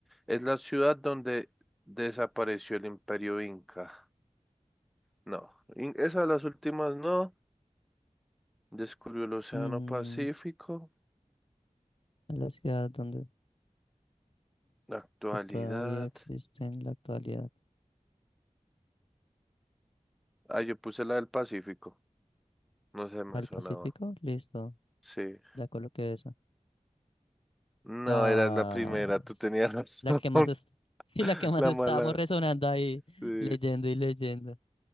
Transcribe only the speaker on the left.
Mm,
a la ciudad donde...
que todavía existe en la actualidad.
¿El
Pacífico? Listo,
ya coloqué esa.
Ah,
s-
la que más es... <laughs> Sí,
la que más
estábamos
resonando ahí, <laughs>
leyendo y leyendo.